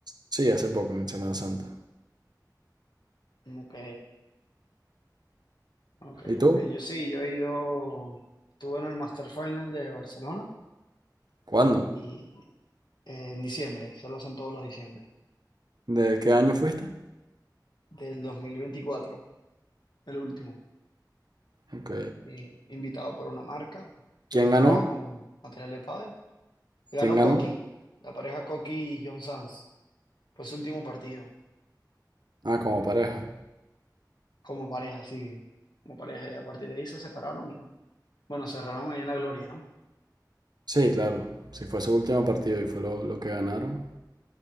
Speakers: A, on the right (about 65°); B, on the left (about 80°).
A: sí, hace poco, en Semana Santa.
B: Ok, ok,
A: ¿Y tú?
B: ok. Yo sí, yo he ido, estuve en el Master Final de Barcelona
A: ¿Cuándo?
B: y eh, en diciembre, se lo hacen todos los diciembre,
A: ¿De qué año fuiste?
B: del 2024, el último.
A: Ok.
B: Y invitado por una marca, pues
A: ¿Quién
B: yo
A: ganó?
B: trabajo con material de pádel Ganó
A: ¿Quién ganó?
B: Coqui, la pareja Coqui y John Sanz. Fue su último partido
A: Ah, como pareja.
B: como pareja, sí, como pareja. Y A partir de ahí se separaron y, bueno, cerraron ahí en la gloria, ¿no?
A: Sí, claro. Si fue su último partido y fue lo, lo que ganaron.